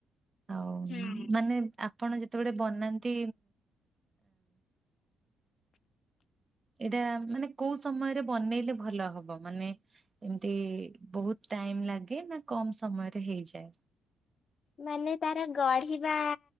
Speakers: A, on the right; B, on the left.
A: ଆଉ
B: ହୁଁ।
A: ମାନେ ଆପଣ ଯେତେବେଳେ ବନାନ୍ତି ଏଇଟା ମାନେ କୋଉ ସମୟରେ ବନେଇଲେ ଭଲ ହବ ମାନେ ଏମିତି ବହୁତ ଟାଇମ୍ ଲାଗେ ନା କମ୍ ସମୟରେ ହେଇଯାଏ।
B: ମାନେ ତାର ଗଢ଼ିବା